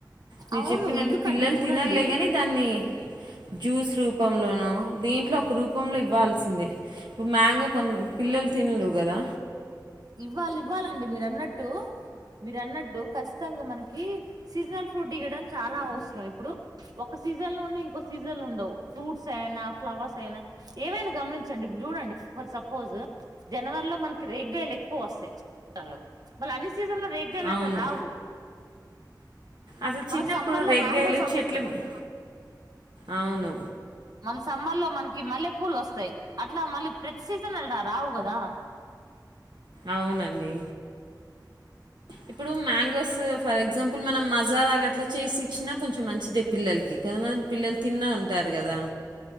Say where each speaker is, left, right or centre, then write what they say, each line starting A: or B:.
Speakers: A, on the right; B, on the right.
A: మీరు
B: అవును
A: చెప్పినట్టు
B: ఎందుకంటే
A: పిల్లలు
B: చూడండి
A: తినాల్లే గాని దాన్ని జ్యూస్ రూపంలోనో దేంట్లో ఒక రూపంలో ఇవ్వాల్సిందే ఇ మ్యాంగో కొంత పిల్లలు తినరు కదా
B: ఇవ్వాలి ఇవ్వాల అండి మీరు అన్నట్టు మీరు అన్నట్టు ఖచ్చితంగా మనకి సీజనల్ ఫ్రూట్ ఇయ్యడం చాలా అవసరం ఇప్పుడు ఒక సీజన్ లో ఉండే ఇంకోక సీజన్ లో ఉండవు ఫ్రూట్స్ అయినా ఫ్లవర్స్ అయినా ఏవైనా గమనించండి ఇప్పుడు చూడండి ఫర్ సపోజ్ జనవరిలో మనకి రేగ్గాయలు ఎక్కువొస్తాయ్ లొ మల్లి అ సీజన్ లో రేగ్గాలట్ట
A: అవును
B: రావు
A: అసలు చిన్నప్పుడు
B: మనకు సమ్మర్ లో
A: రెగ్గాయలు
B: మ్యాంగోస్ వస్తాయి
A: చెట్లు మీ- అవును
B: మన సమ్మర్ లో మనకి మల్లె పూలొస్తాయ్ అట్లా మళ్ళీ ప్రతి సీసన్ ఇలా రావు కదా
A: అవునండి ఇప్పుడు మ్యాంగోస్ ఫర్ ఎగ్జాంపుల్ మనం మజాలాగా అట్లా చేసి ఇచ్చిన కొంచెం మంచిదే పిల్లలకి కొంతమంది పిల్లలు తిన్న ఉంటారు కదా